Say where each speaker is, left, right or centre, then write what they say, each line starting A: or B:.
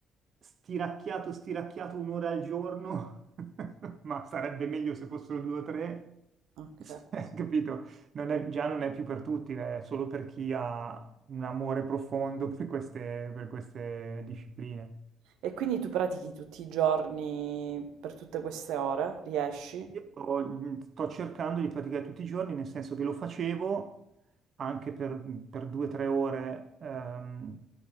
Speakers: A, on the right; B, on the right.
A: stiracchiato, stiracchiato un'ora al giorno, <laughs> ma sarebbe meglio se fossero due o tre,
B: ok.
A: <laughs> capito? Non è- già non è più per tutti, è solo per chi ha un amore profondo per queste, per queste discipline.
B: E quindi tu pratichi tutti i giorni per tutte queste ore? Riesci?
A: Io mh, sto cercando di praticare tutti i giorni, nel senso che lo facevo anche per, per due o tre ore, ehm,